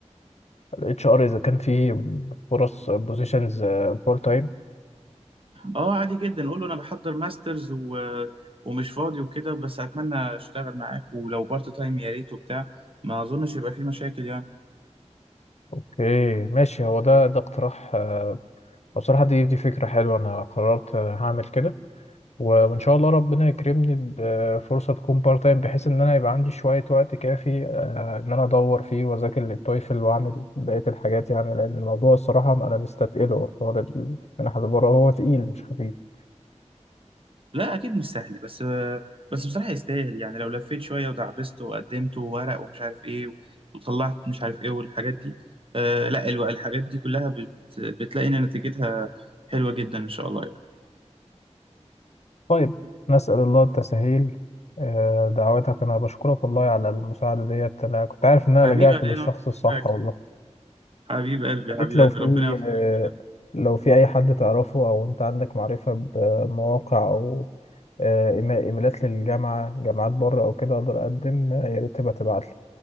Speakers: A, on the left; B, on the right.
A: الاتش ار اذا كان في فرص بوزيشنز فول تايم
B: اه عادي جدا قول له انا بحضر ماسترز و... ومش فاضي وكده بس اتمنى اشتغل معاك ولو بارت تايم يا ريت وبتاع ما اظنش يبقى في مشاكل يعني
A: اوكي ماشي هو ده ده اقتراح آه، بصراحة دي دي فكرة حلوة انا قررت آه، هعمل كده و- وان شاء الله ربنا يكرمني بفرصه تكون بارت تايم بحيث ان انا يبقى عندي شويه وقت كافي آه، ان انا ادور فيه واذاكر للتويفل واعمل بقيه الحاجات يعني لان الموضوع الصراحه انا مستتقله حوار المنح اللي بره هو تقيل مش خفيف
B: لا اكيد مش سهل بس بس بصراحه يستاهل يعني لو لفيت شويه ودعبست وقدمت وورق ومش عارف ايه وطلعت مش عارف ايه والحاجات دي آه لا الو- الحاجات دي كلها بت- بت- بتلاقي ان نتيجتها حلوه جدا ان شاء الله يعني.
A: طيب نسال الله التسهيل آه، دعواتك انا بشكرك والله على المساعده ديت انا كنت عارف ان انا
B: حبيبي
A: لجأت
B: علي
A: للشخص
B: انا ما عملتش
A: الصح
B: حاجه
A: والله
B: حبيب قلبي حبيب
A: ريت لو
B: قلبي
A: في
B: ربنا يوفقك
A: آه،
B: كده
A: لو في أي حد تعرفه أو أنت عندك معرفة بمواقع أو آه، إيما- إيميلات للجامعة جامعات بره أو كده أقدر أقدم آه، يا ريت تبقى تبعتلي